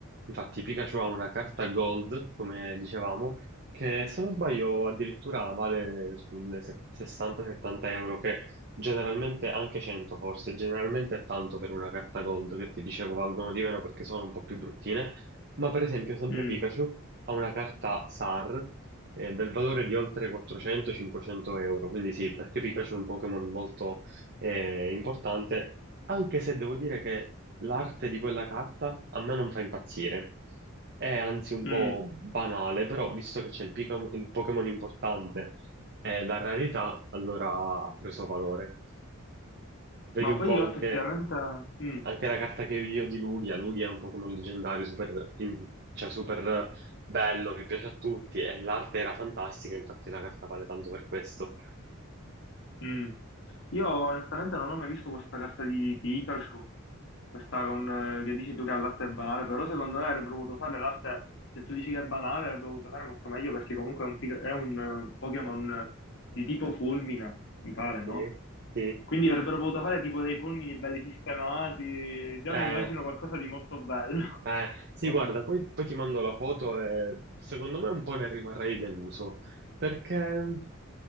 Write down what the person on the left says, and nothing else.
mm,
mm.
Ma
poi
io
effettivamente... mm.
Mm. Io onestamente non ho mai visto questa carta di Pikachu, questa con, eh, che dici tu che l'arte è banale, però secondo me avrebbe dovuto fare l'arte, se tu dici che è banale, avrebbe dovuto fare molto meglio perché comunque è un, Pika- è un eh, Pokémon di tipo fulmine, mi pare, no?
Quindi avrebbero potuto fare tipo dei fulmini belli sistemati, già
mi immagino qualcosa di molto bello, <laughs>
o
no?